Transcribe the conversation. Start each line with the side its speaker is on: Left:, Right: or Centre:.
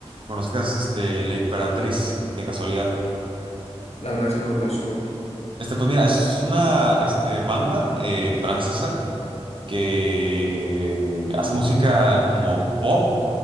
Right: conozcas este La Imperatriz de casualidad.
Left: La verdad es que no lo conozco.
Right: Este, pues mira, es una este, banda eh, francesa que hace música como pop